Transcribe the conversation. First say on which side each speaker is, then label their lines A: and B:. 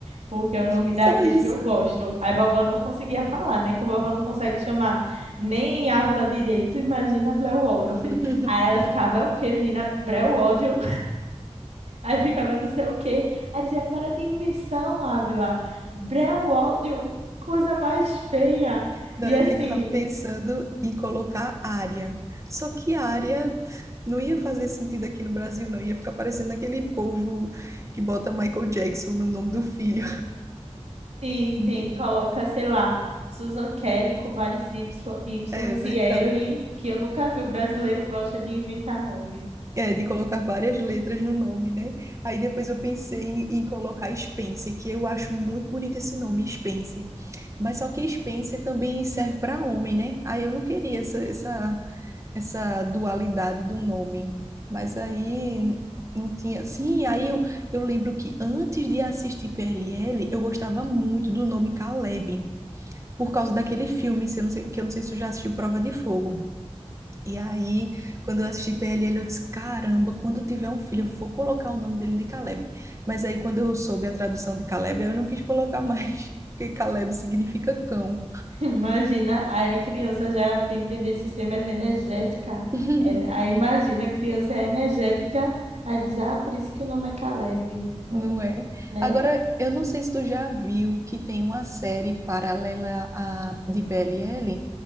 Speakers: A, on the right; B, on the right.
A: porque é o nome
B: Só
A: da atriz
B: isso.
A: que eu gosto. Aí vovó não conseguia falar, né? Que a vovó não consegue chamar nem Ávila direito, imagina Blair Waldorf.
B: <laughs>
A: Aí ela ficava, é o quê, menina? Blair Waldorf Aí ficava não sei o quê. Aí dizia, para de invenção, Ávila. Brewódio, coisa mais feia.
B: Não,
A: E
B: eu
A: assim,
B: ficava pensando em colocar área. Só que área não ia fazer sentido aqui no Brasil, não. Ia ficar parecendo aquele povo que bota Michael Jackson no nome do filho.
A: sim,
B: <laughs>
A: sim, coloca, sei lá, Susan Kelly com vários Y, Ys
B: É verdade.
A: e L, que eu nunca vi. O brasileiro gosta de inventar nome.
B: É, de colocar várias letras no nome, né? Aí depois eu pensei em, em colocar Spencer, que eu acho muito bonito esse nome, Spencer. Mas só que Spencer também serve para homem, né? Aí eu não queria essa, essa essa dualidade do nome. Mas aí não tinha. Sim, aí eu, eu lembro que antes de assistir PLL, eu gostava muito do nome Caleb, por causa daquele filme, se eu não sei- que eu não sei se tu já assistiu Prova de Fogo. E aí, quando eu assisti PLL, eu disse: caramba, quando eu tiver um filho, eu vou colocar o nome dele de Caleb. Mas aí, quando eu soube a tradução de Caleb, aí eu não quis colocar mais, <laughs> porque Caleb significa cão.
A: <laughs> Imagina, aí a criança já tem tendência a ser mais energética.
B: <laughs>
A: É, Aí imagina, a criança é energética, aí diz, ah, por isso que o nome é Caleb. É
B: Não
A: um,
B: é?
A: né?
B: Agora, eu não sei se tu já viu que tem uma série paralela à de PLL,